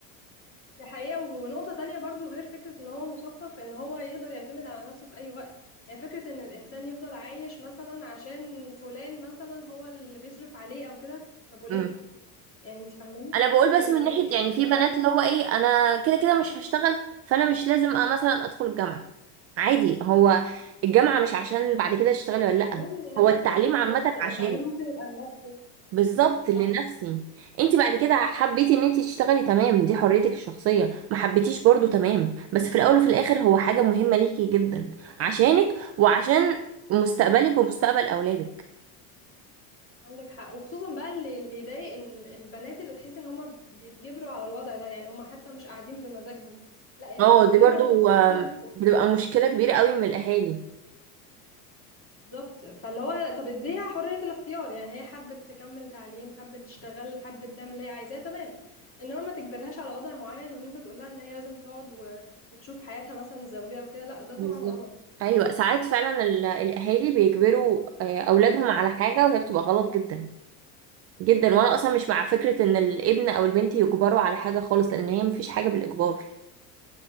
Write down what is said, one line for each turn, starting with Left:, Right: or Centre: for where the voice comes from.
Left: دي حقيقة ونقطة تانية برضو غير فكرة ان هو مثقف ان هو يقدر يعتمد على نفسه في اي وقت يعني فكرة ان الانسان يفضل عايش مثلا عشان فلان مثلا هو اللي بيصرف عليه او كده طب وليه
Right: ده
Left: يعني انت فاهماني
Right: انا بقول
Left: يعني
Right: بس من
Left: ليه
Right: ناحيه
Left: يعني
Right: يعني في
Left: انا
Right: بنات
Left: ليه
Right: اللي هو ايه انا كده كده مش هشتغل فانا مش لازم أ- مثلا ادخل الجامعه عادي هو الجامعه مش عشان بعد كده تشتغلي
Left: التعليم
Right: ولا لا
Left: لنفسك
Right: هو التعليم
Left: بالظبط
Right: عامه عشانك
Left: التعليم ممكن يبقى لنفسك
Right: بالظبط لنفسي
Left: صح
Right: انت بعد كده حبيتي ان انت تشتغلي تمام دي حريتك الشخصيه ما حبيتيش برضو تمام بس في الاول وفي الاخر هو حاجه مهمه ليكي جدا عشانك وعشان مستقبلك ومستقبل اولادك
Left: عندك حق وخصوصا بقى اللي اللي يضايق ان ال- البنات اللي تحس ان هم بيتجبروا على الوضع ده يعني هم حتى مش قاعدين بمزاجهم لا انت
Right: اه
Left: مجبورة
Right: دي برضو
Left: ان انت
Right: آم،
Left: مثلا
Right: بتبقى مشكله كبيره قوي من الاهالي
Left: بالظبط فاللي هو طب اديها حرية الاختيار يعني هي حابة تكمل تعليم حابة تشتغل حابة تعمل اللي هي عايزاه تمام انما ما تجبرهاش على وضع معين وان انت تقول لها ان هي لازم تقعد و... وتشوف حياتها مثلا الزوجية وكده لا ده طبعا
Right: بالظبط
Left: غلط
Right: ايوه ساعات فعلا ال- الاهالي بيجبروا آه، اولادهم على حاجه وهي بتبقى غلط جدا جدا وانا اصلا مش مع فكره ان الابن او البنت يجبروا على حاجه خالص لان هي مفيش حاجه بالاجبار